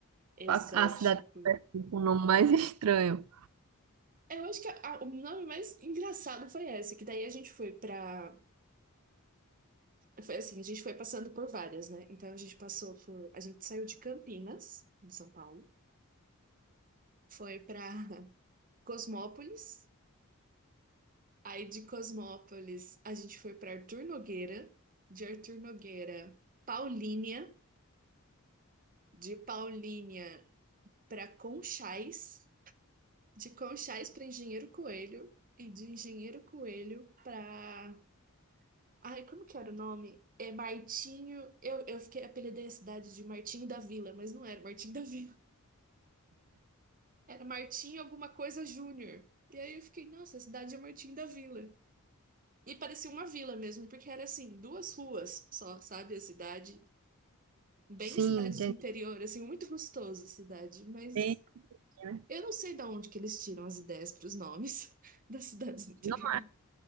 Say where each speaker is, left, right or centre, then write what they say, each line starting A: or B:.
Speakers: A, on the right (about 40°); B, on the right (about 80°).
A: exótico.
B: A, a cidade com o nome mais estranho.
A: É, Eu acho que a- a- o nome mais engraçado foi esse, que daí a gente foi pra. Foi assim, a gente foi passando por várias, né? Então a gente passou por. A gente saiu de Campinas, em São Paulo. foi para <laughs> Cosmópolis. Aí de Cosmópolis a gente foi para Arthur Nogueira, de Arthur Nogueira, Paulínia, de Paulínia para Conchais, de Conchais para Engenheiro Coelho e de Engenheiro Coelho para Ai, como que era o nome? É Martinho. Eu, eu fiquei apelidei a cidade de Martinho da Vila, mas não era Martinho da Vila. Era Martinho alguma coisa Júnior. E aí eu fiquei, nossa, a cidade é Martinho da Vila. E parecia uma vila mesmo, porque era assim, duas ruas só, sabe? A cidade, bem
B: Sim,
A: cidade
B: entendi.
A: de interior, assim, muito gostoso a cidade, mas
B: Tem, né?
A: eu não sei de onde que eles tiram as ideias para os nomes <laughs> das cidades do interior.
B: Não,